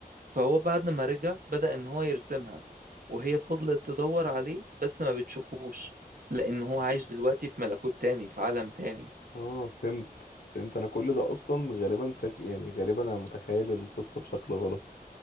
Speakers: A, on the right; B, on the left.
A: فهو بعد ما رجع بدأ ان هو يرسمها وهي فضلت تدور عليه بس ما بتشوفوش لان هو عايش دلوقتي في ملكوت تاني في عالم تاني
B: اه فهمت فهمت انا كل ده اصلا غالبا فاك... يعني غالبا انا متخيل القصه بشكل غلط